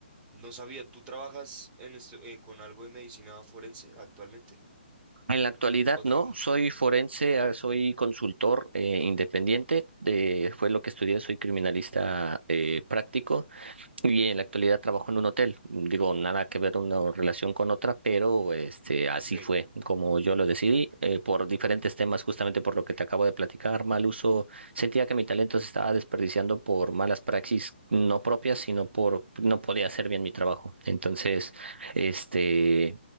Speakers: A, on the right; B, on the right.
A: no sabía, ¿tú trabajas en esto, eh, con algo de medicina forense actualmente?
B: En la actualidad
A: ¿O
B: no,
A: trabajaste?
B: soy forense, ah, soy consultor eh, independiente, de, fue lo que estudié, soy criminalista eh, práctico. Y en la actualidad trabajo en un hotel. Digo, nada que ver una relación con otra, pero este, así
A: Ok,
B: fue como yo lo decidí, eh, por diferentes temas, justamente por lo que te acabo de platicar, mal uso. Sentía que mi talento se estaba desperdiciando por malas praxis no propias, sino por no podía hacer bien mi trabajo. Entonces, este,